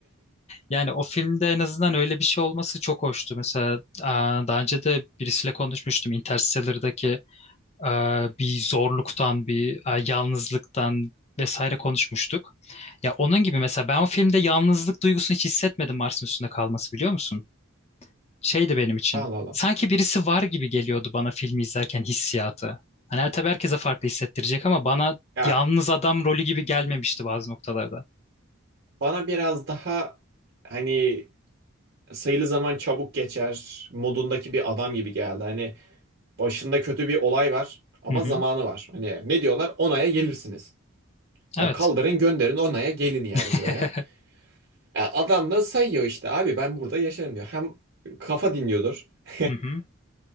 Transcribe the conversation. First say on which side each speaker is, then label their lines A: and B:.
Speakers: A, on the left; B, on the right.
A: Yani o filmde en azından öyle bir şey olması çok hoştu. Mesela aa, daha önce de birisiyle konuşmuştum. Interstellar'daki e, bir zorluktan, bir e, yalnızlıktan vesaire konuşmuştuk. Ya onun gibi mesela ben o filmde yalnızlık duygusunu hiç hissetmedim Mars'ın üstünde kalması biliyor musun? Şeydi benim için.
B: Allah Allah.
A: Sanki birisi var gibi geliyordu bana filmi izlerken hissiyatı. Hani her tabii herkese farklı hissettirecek ama bana
B: Ya
A: yalnız adam rolü gibi gelmemişti bazı noktalarda.
B: bana biraz daha hani sayılı zaman çabuk geçer modundaki bir adam gibi geldi. Hani başında kötü bir olay var ama
A: Hı hı.
B: zamanı var. Hani ne diyorlar? 10 aya gelirsiniz. Ya
A: Evet.
B: kaldırın gönderin 10 aya gelin yani
A: <laughs>
B: buraya. Ya adam da sayıyor işte abi ben burada yaşarım diyor. Hem kafa dinliyordur. <laughs>
A: Hı hı.